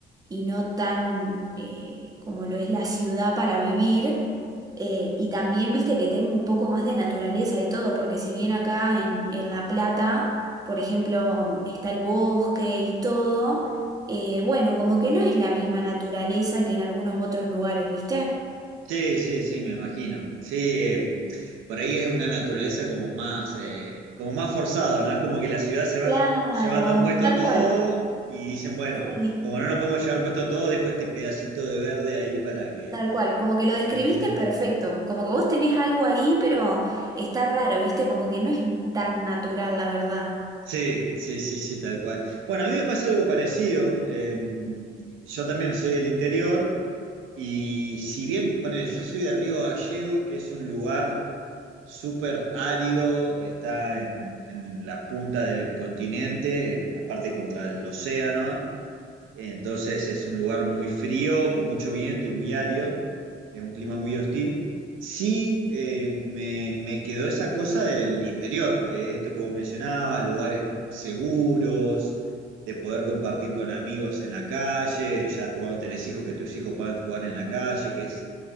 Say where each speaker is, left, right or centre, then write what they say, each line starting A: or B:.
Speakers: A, on the right; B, on the right.
A: y no tan eh, como lo es la ciudad para vivir. Eh, y también viste que tengo un poco más de naturaleza y todo, porque si bien acá en, en La Plata, por ejemplo, está el bosque y todo, eh, bueno, como que no es la misma naturaleza que en algunos otros lugares, ¿viste?
B: Sí, sí, sí, me imagino. Sí, eh, por ahí es una naturaleza como más, eh, como más forzado, ¿no? Es como que la ciudad se va
A: Claro,
B: llevando puesto
A: tal
B: todo
A: cual.
B: y dicen, bueno,
A: Sí.
B: como no nos podemos llevar puesto todo, dejo este pedacito de verde ahí para que...
A: Tal cual,
B: <laughs>
A: como que lo describiste
B: Eh,
A: perfecto, como que vos tenés algo ahí, pero está raro, ¿viste? Como que no es tan natural, la verdad.
B: Sí, sí, sí, sí, tal cual. Bueno, a mí me pasa algo parecido. eh, yo también soy del interior Y si bien, ponele, yo soy de Río Gallegos, que es un lugar súper árido, está en, en la punta del continente, en la parte contra el océano, entonces es un lugar muy frío, con mucho viento y muy árido, es un clima muy hostil. Sí, eh, me, me quedó esa cosa del interior, que es esto que vos mencionabas, lugares seguros, de poder compartir con amigos en la calle, ya después cuando tenés hijos, que tus hijos puedan jugar en la calle, que es